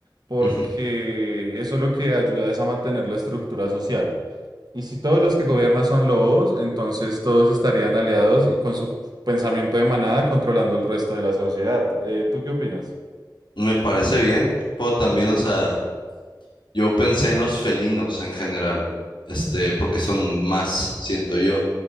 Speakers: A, on the right; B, on the left.
A: porque
B: Ujú.
A: eso lo que ayuda es a mantener la estructura social. Y si todos los que gobiernan son lobos, entonces todos estarían aliados y con su pensamiento de manada controlando el resto de la sociedad. Eh, ¿tú qué opinas?
B: Me parece bien, pero también, o sea, yo pensé en los felinos en general, este, porque son más, siento yo.